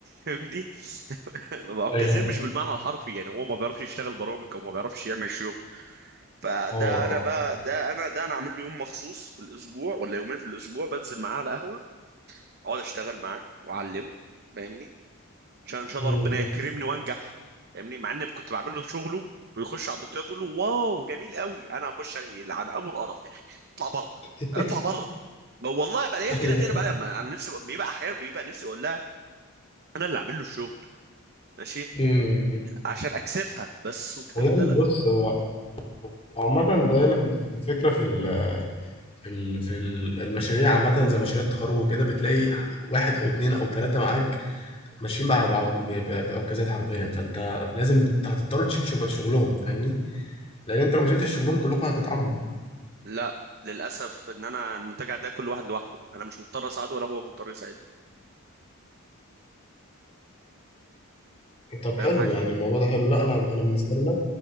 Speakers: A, on the right (about 45°); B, on the left (about 25°).
A: فاهمني <laughs> بعكازين
B: ايوه
A: مش بالمعنى الحرفي يعني هو ما بيعرفش يشتغل برامج او ما بيعرفش يعمل شغل فده
B: اه
A: انا
B: اه
A: بقى ده انا ده انا عامل له يوم مخصوص في الاسبوع ولا يومين في الاسبوع بنزل معاه على قهوه اقعد اشتغل معاه واعلمه فاهمني عشان ان شاء
B: مم.
A: الله ربنا يكرمني وانجح فاهمني مع ان كنت بعمل له شغله ويخش على الدكتوره تقول له واو جميل قوي انا هخش عليه لعن ابو القرف يا اخي اطلع بره
B: <laughs>
A: اطلع بره ب- والله بلاقيها
B: ايوه
A: كده تاني بلاقيها ما انا نفسي بيبقى احيانا بيبقى نفسي اقول لها انا اللي اعمل له الشغل ماشي
B: مم.
A: عشان اكسفها بس وكتاب
B: ودايما
A: الله لا
B: بص هو عامة دايما الفكرة في ال في ال- في ال- المشاريع عامة زي مشاريع التخرج وكده بتلاقي واحد أو اتنين أو تلاتة معاك ماشيين بع- بع- ب- ب- بعكازات حرفيا فأنت لازم ت- هتضطر تشيل شغل شغلهم فاهمني؟ لأن أنت لو ما شلتش شغلهم كلكم هتتعاقبوا.
A: لا للاسف ان انا المنتجع ده كل واحد لوحده انا مش مضطر اساعده ولا هو مضطر يساعدني
B: طب
A: فاهم
B: حلو
A: حاجه
B: يعني الموضوع ده حلو لا أنا أنا بالنسبة لنا